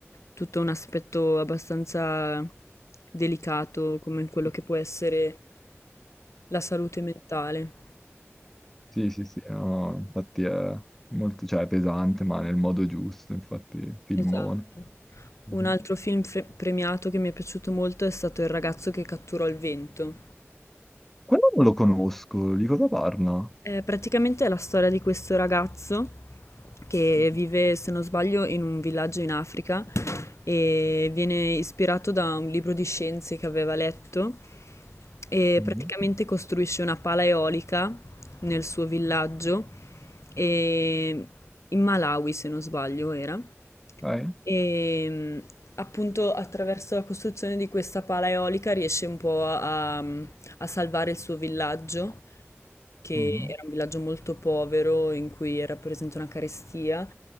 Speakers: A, on the left; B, in the centre.
A: tutto un aspetto abbastanza delicato come quello che può essere la salute mentale.
B: Sì, sì, sì, no, infatti è molto, cioè, è pesante, ma nel modo giusto, infatti, filmone.
A: Esatto.
B: Mhm.
A: Un altro film fre- premiato che mi è piaciuto molto è stato Il ragazzo che catturò il vento.
B: Quello non lo conosco, di cosa parla?
A: Eh, praticamente è la storia di questo ragazzo che vive, se non sbaglio, in un villaggio in Africa e viene ispirato da un libro di scienze che aveva letto e
B: Mhm.
A: praticamente costruisce una pala eolica nel suo villaggio e in Malawi, se non sbaglio, era.
B: Dai.
A: E mh, appunto attraverso la costruzione di questa pala eolica riesce un po' a, a salvare il suo villaggio, che
B: Mhm.
A: era un villaggio molto povero in cui era presente una carestia